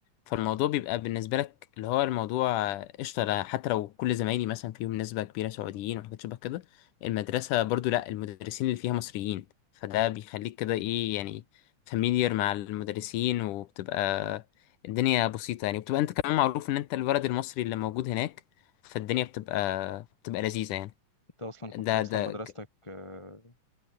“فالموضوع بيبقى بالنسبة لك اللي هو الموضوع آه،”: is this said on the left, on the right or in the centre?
Left